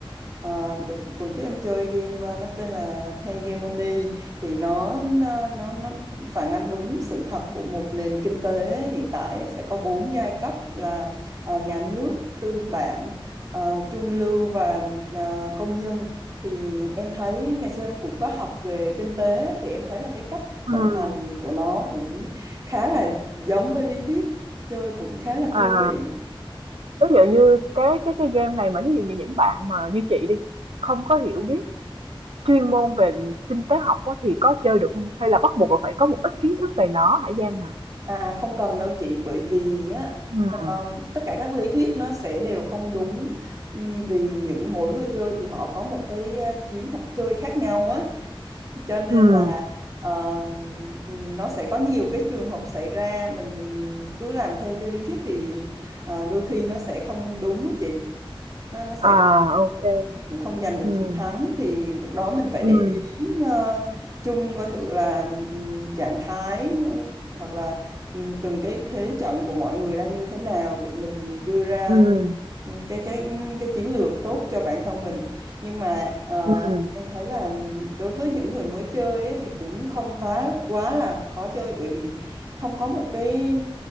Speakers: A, on the right (about 40°); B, on the right (about 90°).
A: ờ, đợt tuần trước em chơi game ờ, nó tên là Hegemony thì nó nó nó, nó phản ánh đúng sự thật của một nền kinh tế hiện tại ấy. sẽ có bốn giai cấp là ờ, nhà nước, tư bản, ờ, trung lưu và ờ, công nhân thì em thấy ngày xưa em cũng có học về kinh tế thì em thấy là cái cách
B: Ừm.
A: vận hành của nó cũng khá là giống với lý thuyết chơi cũng khá là
B: À,
A: thú vị
B: ví dụ như cái cái cái game này mà ví dụ như những bạn mà như chị đi, không có hiểu biết chuyên môn về kinh tế học á, thì có chơi được không? Hay là bắt buộc là phải có một ít kiến thức về nó hả Giang hả?
A: À à, không cần đâu chị bởi vì á
B: Ừm.
A: um, tất cả các lý thuyết nó sẽ đều không đúng Ừm, vì những mỗi người chơi thì họ có một cái uh, chiến thuật chơi khác nhau á cho nên
B: Ừm.
A: là um, ừm, nó sẽ có nhiều cái trường hợp xảy ra mình mình cứ làm theo cái lý thuyết thì ờ, đôi khi nó sẽ không đúng á chị nó nó sẽ
B: À, ok.
A: cũng không giành được
B: Ừm,
A: chiến thắng thì lúc đó mình phải
B: ừm,
A: để ý ờ, chung coi thử là ừm, trạng thái ờ, hoặc là ừm, từng cái thế trận của mọi người đang như thế nào để mình đưa ra
B: ừm,
A: ừm, cái cái cái chiến lược tốt cho bản thân mình nhưng mà ờ,
B: ừm,
A: em thấy là đối với những người mới chơi ấy, thì cũng không quá quá là khó chơi bởi vì không có một cái